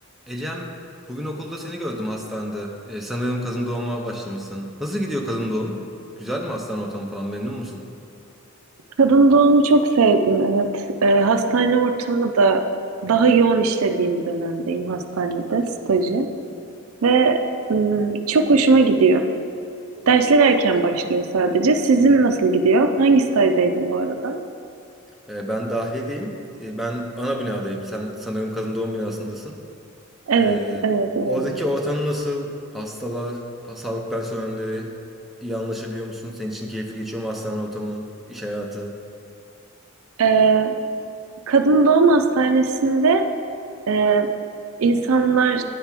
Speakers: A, in the centre; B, on the right (about 80°).
A: Ecem, bugün okulda seni gördüm hastanede. Ee, sanırım kadın doğuma başlamışsın. Nasıl gidiyor kadın doğum? Güzel mi hastane ortamı falan? Memnun musun?
B: Kadın doğumu çok sevdim, evet. Ee, hastane ortamı da daha yoğun işlediğim bir dönemdeyim hastanede, stajı. Ve ım, çok hoşuma gidiyor. Dersler erken
A: Ee,
B: başlıyor sadece. Sizin nasıl gidiyor? Hangi stajdaydın bu arada?
A: e, ben dahiliyedeyim. Ee, ben ana binadayım. Sen sanırım kadın doğum binasındasın.
B: Evet,
A: Ee,
B: evet öyle.
A: oradaki ortam nasıl? Hastalar, pa- sağlık personelleri iyi anlaşabiliyor musun? Senin için keyifli geçiyor mu hastane ortamı, iş hayatı?
B: Ee, kadın doğum hastanesinde e, insanlar,